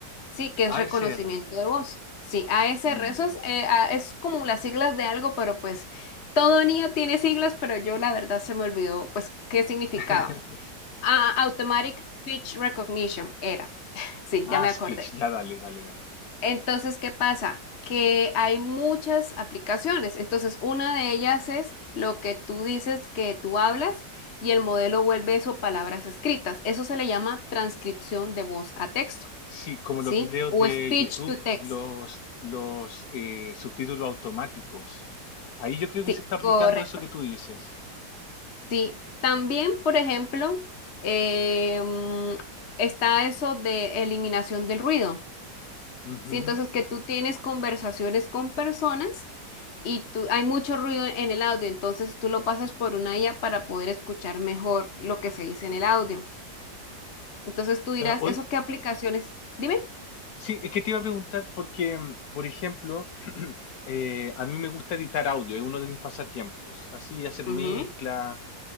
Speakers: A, on the left; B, on the left.
A: sí, que es
B: ASR.
A: reconocimiento de voz. Sí, ASR,
B: mm,
A: eso
B: Ya.
A: es, eh, a- es como las siglas de algo, pero pues todo niño tiene siglas, pero yo la verdad se me olvidó, pues, qué significaba.
B: <laughs>
A: Ah, Automatic Speech Recognition era. <laughs> Sí,
B: Ah,
A: ya me
B: speech.
A: acordé.
B: Ya, dale, dale, dale.
A: Entonces, ¿qué pasa? Que hay muchas aplicaciones. Entonces, una de ellas es lo que tú dices que tú hablas y el modelo vuelve eso palabras escritas. Eso se le llama transcripción de voz a texto,
B: Sí, como
A: ¿sí?
B: los videos
A: O
B: de
A: speech
B: YouTube,
A: to text.
B: los, los eh, subtítulos automáticos. Ahí yo creo que
A: Sí,
B: se está aplicando
A: correcto.
B: eso que tú dices.
A: Sí. También, por ejemplo, eh, mm, está eso de eliminación del ruido.
B: Ujú,
A: Sí, entonces que tú tienes conversaciones con personas y tú, hay mucho ruido en el audio, entonces tú lo pasas por una IA para poder escuchar mejor lo que se dice en el audio. Entonces tú dirás,
B: claro. Hoy,
A: ¿eso qué aplicaciones? Dime.
B: sí, es que te iba a preguntar porque, mm, por ejemplo, <clears throat> eh, a mí me gusta editar audio, es uno de mis pasatiempos, así hacer
A: Ujú.
B: mezcla.